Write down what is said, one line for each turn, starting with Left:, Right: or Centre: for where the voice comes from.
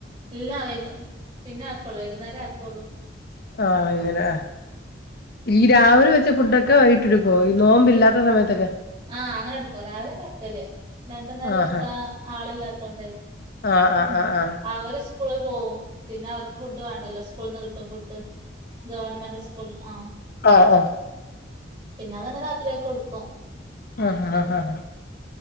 Right: ഇല്ല വ പിന്നെ ആക്കള്ളൂ വൈകുന്നേരം ആക്കള്ളൂ
Left: ആഹ ഇന്നെ ആീ രാവിലെ വെച്ച് ഫുഡൊക്കെ വൈിട്ടെടുക്കുവ ഈ നോമ്പ്ില്ലാത്ത സമയത്തൊക്കെ
Right: ആഹ അങ്ങനെ എടുക്കും രാവിലെന്ന വെക്കല് രണ്ടു നേരം
Left: ആഹ്
Right: വെക്കാ ആള ഇല്ലാത്തൊണ്ട്
Left: ആഹ്
Right: ഉ
Left: ആഹ് ആഹ് ആഹ്
Right: അവര് സ്കൂള പോകവും പിന്നെ അവർക്ക് ഫുഡ് വേണ്ടല്ലോ സ്കൂളിൽ നിന്ന് കിട്ടും ഫുഡ് ഗവണ്മെന്റ് സ്കൂൾ ആ
Left: ആ ആ
Right: പിന്നെ അതന്നെ രാത്രിയാക്കി കൊടുക്കും
Left: ആഹ ആ ആഹ